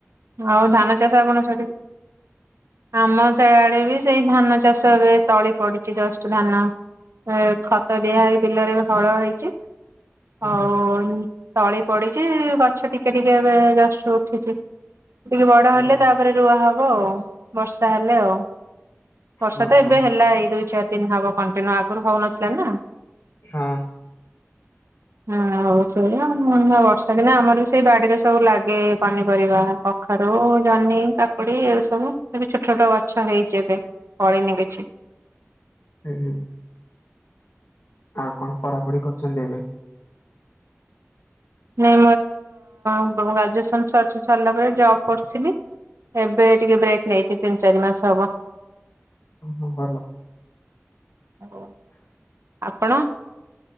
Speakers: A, on the right; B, on the left.
A: ଆଉ ଧାନ ଚାଷ କଣ ସେଠି ଆମ ସେଆଡେ ବି ସେଇ ଧାନ ଚାଷ ଏବେ ତଳି ପଡିଛି ଜଷ୍ଟ ଧାନ। ଖତ ଦିଆହଇ ବିଲରେ ହଳ ହେଇଛି। ହଉ
B: ହୁଁ
A: ତଳି ପଡିଛି ଗଛ ଟିକେ ଟିକେ ଏବେ ଜଷ୍ଟ୍ ଉଠିଛି ଟିକେ ବଡ ହେଲେ
B: ଭଲ
A: ତାପରେ ରୁଆ ହବ ଆଉ। ବର୍ଷା ହେଲେ ଆଉ ବର୍ଷା
B: ହଁ
A: ତ
B: ହଁ
A: ଏବେ ହେଲା ଏଇ ଦୁଇ ଚାରି ଦିନ ହବ କଣ୍ଟିନ୍ୟୁ ଆଗରୁ ହଉନଥିଲା ନା।
B: ହଁ
A: ହଁ ହଉ ସେଇ ଆ ମ ବର୍ଷା ଦିନେ ଆମର ବି ସେଇ ବାଡିରେ ସବୁ ଲା ଗେ ପନିପରିବା କଖାରୁ, ଜହ୍ନି, କାକୁଡି ଏ ସବୁ ଏ ବି ଛୋଟ ଛୋଟ ଗଛ ହେଇଛି ଏବେ। ଫଳିନି କିଛି।
B: ହୁଁ ହୁଁ <inaudible> ଆଉ କଣ ପଢାପଢି କରୁଛନ୍ତି ଏବେ?
A: ନାଇଁ ମୋର ଗ୍ରାଜୁଏସନ ସରି ସରିଲା ପରେ ଜବ କରିଥିଲି ଏବେ ଟିକେ ବ୍ରେକ୍ ନେଇଛିି ତିନି ଚାରି ମାସ ହବ।
B: ଓଁ ହଁ ଭଲ
A: ଆଉ ଆପଣ?